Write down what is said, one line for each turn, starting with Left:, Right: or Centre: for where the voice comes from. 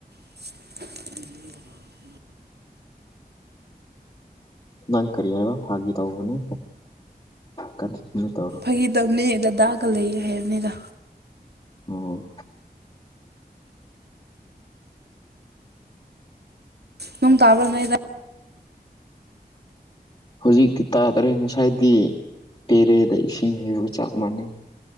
Right: <unintelligible>
Left: ꯅꯪ ꯀꯔꯤ ꯍꯥꯏꯕ ꯐꯥꯒꯤ ꯇꯧꯕꯅꯦ ꯀꯟꯇꯤꯅꯤꯎ ꯇꯧꯔꯣ
Right: ꯐꯒꯤꯇꯧꯅꯤ ꯗꯗꯥꯒ ꯂꯩ ꯍꯥꯏꯕꯅꯤꯗ
Left: ꯑꯣ
Right: ꯅꫭꯡ ꯇꯥꯕ꯭ꯔꫭ ꯅꫭꯏ
Left: ꯍꯧꯖꯤꯛꯇꯤ ꯇꯥꯗ꯭ꯔꯦ ꯉꯁꯥꯏꯗꯤ ꯄ‌ꯦꯔꯦꯗ ꯏꯁꯤꯡ ꯍꯩꯕꯒ ꯆꯞ ꯃꯥꯟꯅꯩ